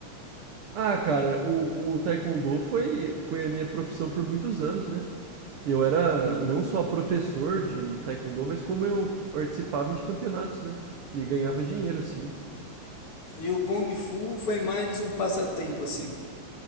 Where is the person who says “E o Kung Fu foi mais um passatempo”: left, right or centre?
Left